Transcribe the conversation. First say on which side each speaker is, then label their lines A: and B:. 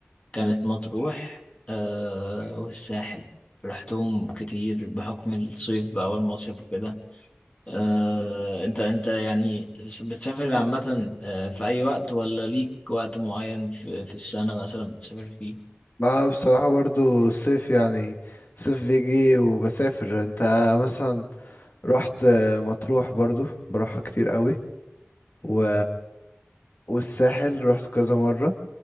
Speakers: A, on the left (about 30°); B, on the left (about 45°).
A: كانت مطروح آه، والساحل رحتهم كتير بحكم الصيف بقى والمصيف وكده آه، انت انت يعني بتسافر عامة آه، في اي وقت ولا ليك وقت معين في في السنة مثلا بتسافر فيه
B: لا بصراحة برضو الصيف يعني الصيف بيجي وبسافر انت مثلا رحت مطروح برضو بروحها كتير قوي و... والساحل رحت كذا مرة